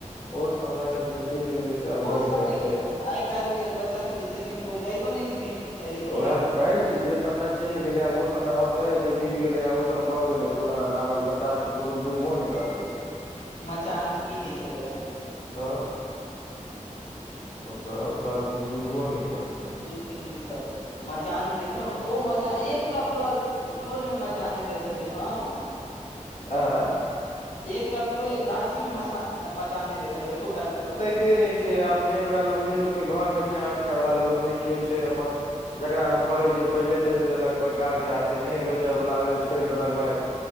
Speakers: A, on the left; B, on the left.
A: ओ समय जे चलि गेलै से आब
B: ओ
A: घुरि
B: समय
A: के एतै
B: की कहू आइ काइल के बच्चा सब जे छथिन ओ जाइतो नहि छथिन। अथी खेत
A: उएह तऽ कहै
B: मे।
A: छी जे समय चलि गेलै आब ओ समय औते जे बीत गेले आ ओ सब भए गेले पुरान आबक बच्चा सब तब तो त बुझबो नहि करतै।
B: मचान की होइ छलैया।
A: त ओसभ तह आब किछु बुझबो नहि करतै।
B: थीन ई सब मचान देखियौ ने ओ मचान एकटा पूरा टोल मे मचा नहि देखलियै हम।
A: आय?
B: एकटा पूरा इ गाछी मे मचान नहि देखल एकोटा पूरा।
A: ते नहि छैय आब नहि ओकरा नहि लोकके घरमे छैय आम खाायवला लोक नहि केओ छैय अपन जकरा आम फड़ै छियै ओ पहिले बेच लेलक पैकारके हाथे नहि बेचयवला भेल रहल तऽ छोड़ि देलक भाय।